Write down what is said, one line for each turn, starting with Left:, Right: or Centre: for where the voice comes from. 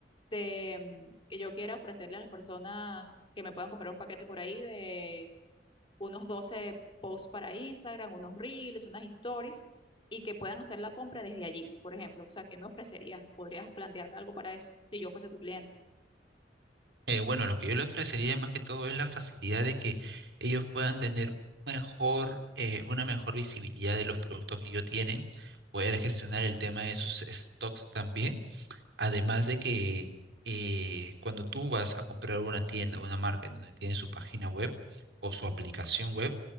Left: de, mm, que yo quiera ofrecerle a las personas que me puedan comprar un paquete por ahí de unos 12 posts para Instagram, unos reels, unas stories, y que puedan hacer la compra desde allí, por ejemplo. O sea, ¿qué me ofrecerías? ¿Podrías plantearme algo para eso si yo fuese tu cliente?
Right: Eh, bueno, lo que yo le ofrecería más que todo es la facilidad de que ellos puedan tener mejor, eh, una mejor visibilidad de los productos que ellos tienen, poder gestionar el tema de sus stocks también Además de que eh, cuando tú vas a comprar una tienda o una marca en donde tienen su página web o su aplicación web,